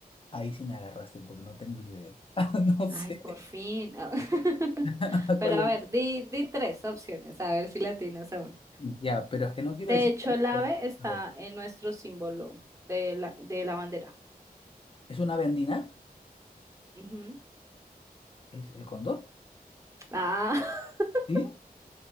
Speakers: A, on the left; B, on the right.
A: Ahí sí me agarraste porque no tengo idea. <laughs> No
B: Ay,
A: sé
B: por fin. Ah, <laughs>
A: <laughs>
B: Pero
A: cuál
B: a
A: es.
B: ver, di, di tres opciones, a ver si la tienes aún.
A: Ya, pero es que no quiero
B: De
A: decir
B: hecho,
A: cuál,
B: el ave
A: cuál.
B: está
A: a ver.
B: en nuestro símbolo de la, de la bandera.
A: ¿Es una ave andina?
B: Ujú.
A: ¿Es el cóndor?
B: Ah, <laughs>
A: ¿Sí?